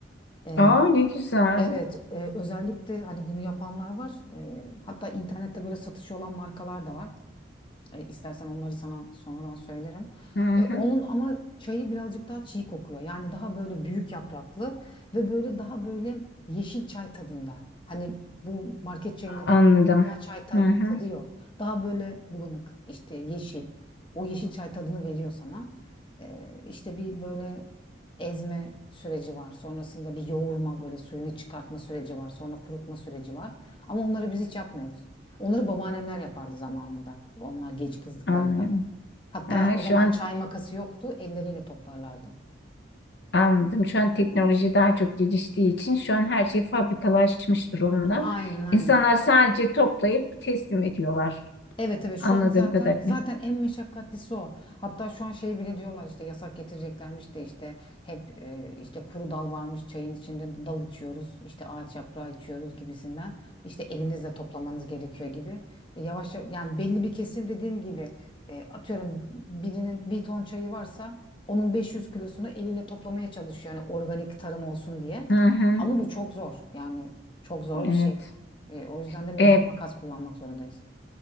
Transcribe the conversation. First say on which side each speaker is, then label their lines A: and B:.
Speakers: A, on the left; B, on the left.
A: E,
B: Aa ne güzel.
A: evet, e, özellikle hani bunu yapanlar var. E, hatta internette böyle satışı olan markalar da var. E, istersen onları sana sonradan söylerim.
B: Hı
A: E, onun
B: hı.
A: ama çayı birazcık daha çiğ kokuyor. Yani daha böyle büyük yapraklı ve böyle daha böyle yeşil çay tadında. Hani bu market çayındaki
B: Anladım.
A: siyah çay ta-
B: Hı hı.
A: tadı yok. Daha böyle bulanık işte yeşil. O yeşil çay tadını veriyor sana. E, işte bir böyle ezme süreci var. Sonrasında bir yoğurma böyle suyunu çıkartma süreci var. Sonra kurutma süreci var. Ama onları biz hiç yapmıyoruz. Onları babaannemler yapardı zamanında. Onlar genç kızlıklarında.
B: Anlıyorum.
A: Hatta
B: Aha,
A: o
B: şu
A: zaman
B: an
A: çay makası yoktu. Elleriyle toplarlardı.
B: anladım. Şu an teknoloji daha çok geliştiği için şu an her şey fabrikalaşmış durumda.
A: Aynen aynen.
B: İnsanlar sadece toplayıp teslim ediyorlar.
A: Evet evet şu
B: Anladığım
A: an zaten
B: kadarıyla.
A: zaten en meşakkatlisi o. Hatta şu an şey bile diyorlar işte yasak getireceklermiş de işte hep e, işte kuru dal varmış çayın içinde dal içiyoruz işte ağaç yaprağı içiyoruz gibisinden işte elinizle toplamanız gerekiyor gibi. E, yavaş yavaş yani belli bir kesim dediğim gibi e, atıyorum birinin bir ton çayı varsa onun 500 kilosunu eliyle toplamaya çalışıyor yani organik tarım olsun diye.
B: Hı hı.
A: Ama bu çok zor yani çok zor
B: Evet.
A: bir şey. E, o yüzden de mecbur
B: E,
A: makas kullanmak zorundayız.